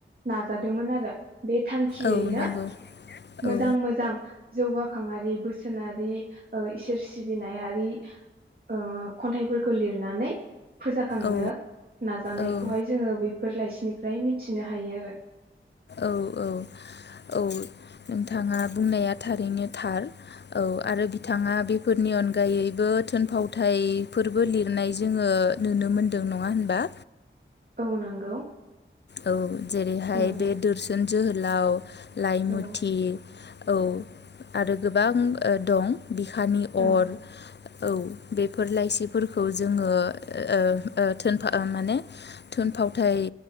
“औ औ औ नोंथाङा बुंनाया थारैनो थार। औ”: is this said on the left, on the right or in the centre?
Left